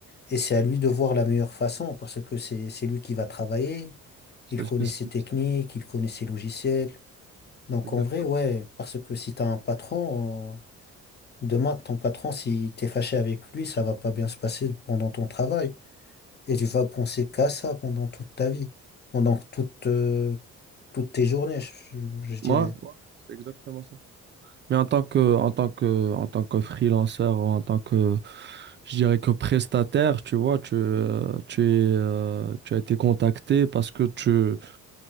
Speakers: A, on the left; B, on the right.
A: et c'est à lui de voir la meilleure façon parce que c'est, c'est lui qui va travailler.
B: C'est
A: Il
B: le
A: connaît
B: spécialiste.
A: ses techniques, il connaît ses logiciels, donc
B: Exactement.
A: en vrai, ouais, parce que si t'as un patron, euh, demain, ton patron, si t'es fâché avec lui, ça va pas bien se passer pendant ton travail. Et tu vas penser qu'à ça pendant toute ta vie, pendant toute, euh, toutes tes journées, je, je- je
B: Moi,
A: dirais.
B: moi, c'est exactement ça. Mais en tant que, en tant que, en tant que freelanceur ou en tant que, je dirais que prestataire, tu vois, tu, euh, tu es, euh, tu as été contacté parce que tu,